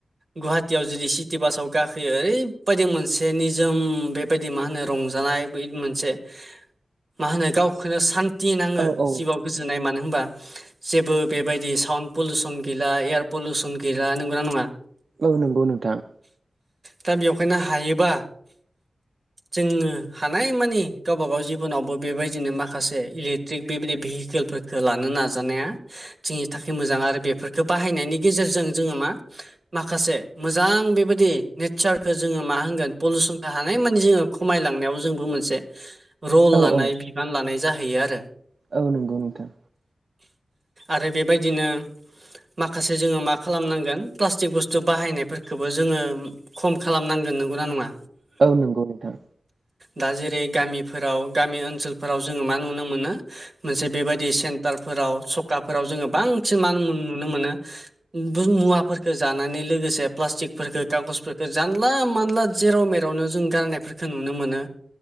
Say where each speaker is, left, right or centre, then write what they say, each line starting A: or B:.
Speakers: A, on the right; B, on the right.
A: गुवाहाटियाव जुदि सिटि बासाव गाखोयो ओरैबायदि मोनसे निजोम बेबायदि मा होनो रंजानाय बे मोनसे मा होनो गावखौनो सान्थि नाङो।
B: औ औ
A: जिउआव गोजोननाय मानो होनोबा जेबो बेबायदि सावन्द पलुसन गैला एयार पलसन गैला नंगौना नङा?
B: औ नंगौ नोंथां।
A: दा बेवहायनो हायोबा जोङो हानायमानि गावबा गाव जिबनावबो बेबायदिनो माखासे इलेक्ट्रिक बेबायदि भिहिकेलफोरखो लानो नाजानाया जोंनि थाखाय मोजां आरो बेफोरफोरखो बाहायनायनि गेजेरजों जोङो मा? माखासे मोजां बेबायदि नेटसारखो जोङो मा होनगोन पलुसनखो हानाय मानि जोङो खमायलांनायाव जोंबो मोनसे रल
B: औ
A: लानाय
B: औ
A: बिबान लानाय जाहैयो आरो।
B: औ नंगौ नोंथां।
A: आरो बेबायदिनो माखासे जोङो मा खालामनांगोन प्लास्टिक बुस्थु बाहायनायफोरखोबो जोङो खम खालाम नांगोन नंगौना नङा?
B: औ नंगौ नोंथां
A: दा जेरै गामिफोराव गामि ओनसोलफोराव जोङो मा नुनो मोनो? मोनसे बेबायदि सेन्टारफोराव सखाफोराव जोङो बांसिन मा नुनो मोनो? <unintelligible> मुवाफोरफोरखौ जानानै लोगोसे प्लास्टिकफोरखो कागजफोरखो जानला मानला जेराव मेरावनो जों गारनायफोरखो नुनो मोनो।